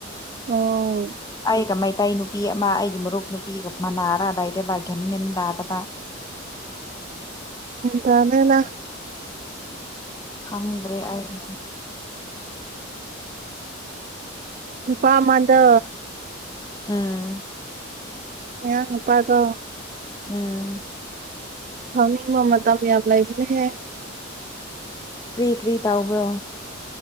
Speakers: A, on the right; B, on the left.
A: ꯑꯣ
B: ꯑꯩꯒ ꯃꯩꯇꯩ ꯅꯨꯄꯤ ꯑꯃ ꯑꯩꯒꯤ ꯃꯔꯨꯞ ꯅꯨꯄꯤꯒ ꯃꯅꯥꯔ ꯂꯥꯏꯔꯕ ꯒꯟꯃꯦꯟ ꯇꯥꯗꯕ
A: ꯍꯇꯅꯅ
B: ꯈꯪꯗ꯭ꯔꯦ ꯑꯩꯒꯤꯁꯨ
A: ꯏꯄꯥꯃꯗ
B: ꯎꯝ
A: ꯃꯍ ꯅꯨꯄꯥꯗꯣ
B: ꯎꯝ
A: ꯊꯥꯎꯅꯤꯡꯕ ꯃꯇꯝ ꯌꯥꯝ ꯂꯩꯕꯅꯦꯍꯦ
B: ꯀ꯭ꯔꯤ ꯀ꯭ꯔꯤ ꯇꯥꯎꯕ꯭ꯔꯣ